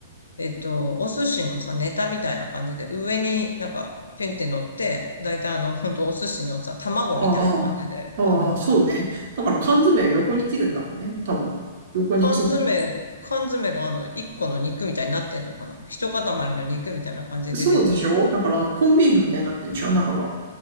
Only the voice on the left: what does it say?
えっと、お寿司のさ、ネタみたいな感じで、上になんか、ペンって乗って、だいたいあの、ほんとお寿司のさ、卵みたいな感じで、
あの、
缶詰、缶詰があの、一個の肉みたいになってんのかな一塊の肉みたいな感じで出てくるの